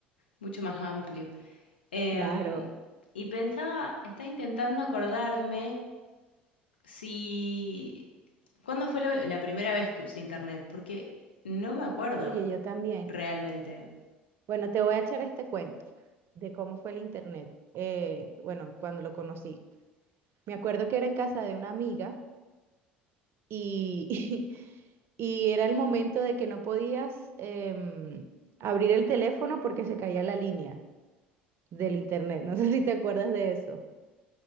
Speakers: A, on the left; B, on the right.
A: mucho más amplio. Em,
B: Claro.
A: y pensaba, estaba intentando acordarme si. ¿Cuándo fue lo- la primera vez que usé internet? Porque no me acuerdo
B: Oye, yo también.
A: realmente.
B: Bueno, te voy a echar este cuento de cómo fue el internet. Eh, bueno, cuando lo conocí. Me acuerdo que era en casa de una amiga y, <laughs> Y era el momento de que no podías em, abrir el teléfono porque se caía la línea del internet. No <laughs> sé si te acuerdas de eso.